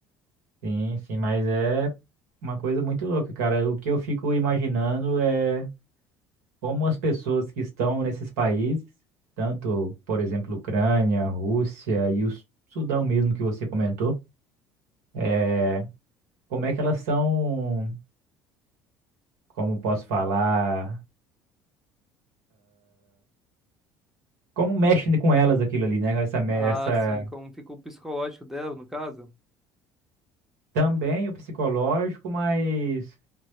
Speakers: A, on the right (about 80°); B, in the centre.
A: Sim, sim, mas é uma coisa muito louca, cara. O que eu fico imaginando é como as pessoas que estão nesses países, tanto, por exemplo, Ucrânia, Rússia e o Su- Sudão mesmo que você comentou, é, como é que elas são, como posso falar, como mexe com elas aquilo ali, né? Essa, essa
B: Ah, sim, como ficou o psicológico dela, no caso?
A: também o psicológico, mas